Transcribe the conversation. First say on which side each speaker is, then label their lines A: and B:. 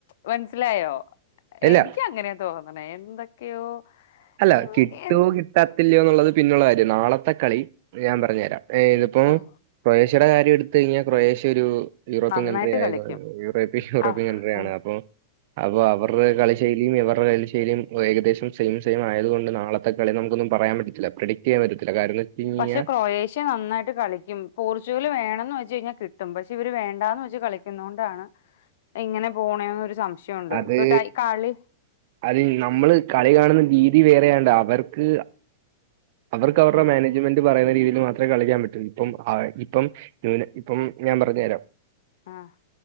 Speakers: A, on the left; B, on the right.
A: മനസ്സിലായോ
B: ഇല്ല
A: എനിക്ക് അങ്ങനെയാ തോന്നണേ എന്തൊക്കെയോ
B: അല്ല
A: ഉം
B: കിട്ടോ കിട്ടാത്തില്ലയോന്നുള്ളത് പിന്നുള്ള കാര്യം നാളത്തെ കളി ഞാൻ പറഞ്ഞു തരാം ഏ് ഇതിപ്പോ
A: ഉം
B: ക്രൊയേഷ്യയുടെ കാര്യം എടുത്ത് കഴിഞ്ഞാൽ ക്രൊയേഷ്യ ഒരു യൂറോപ്യൻ
A: നന്നായിട്ട്
B: കൺട്രി ആയത്
A: കളിക്കും
B: യൂറോപ്യ യൂറോപ്യൻ
A: ആ
B: കൺട്രിയ
A: ആ
B: ആണ് അപ്പൊ അപ്പൊ അവരുടെ കളിശൈലിയും ഇവരുടെ കളിശൈലിയും ഏകദേശം സൈം സെയി ആയത് കൊണ്ട് നാളത്തെ കളി നമുക്കൊന്നും പറയാൻ പറ്റത്തില്ല പ്രഡിറ്റ് ചെയാൻ പത്തില്ല കാരണം കഴിഞ്ഞാൽ
A: പക്ഷെ ക്രൊയേഷ്യ നന്നായിട്ട് കളിക്കും പോർച്ചുഗൽ വേണന്ന് വെച്ച് കഴിഞ്ഞാൽ കിട്ടും പക്ഷെ ഇവര് വേണ്ട <inaudible> കളിക്കുന്ന കൊണ്ടാണ് ഇങ്ങനെ പോണന്നരു സംശയം ഉണ്ട്
B: അത്
A: <unintelligible> കളി
B: അത് നമ്മള് കളി കാണുന്ന രീതി വേറെയാണ്ട് അവർക്ക് അവർക്ക് അവരുടെ
A: ആ
B: മാനേജ്മെന്റ്പറയുന്നരീതിൽ മാത്രമെ കളിക്കാൻ പറ്റു ഇപ്പംഅ ഇപ്പം ഇപ്പം ഞാൻ പറഞ്ഞ തരാം
A: ആഹ്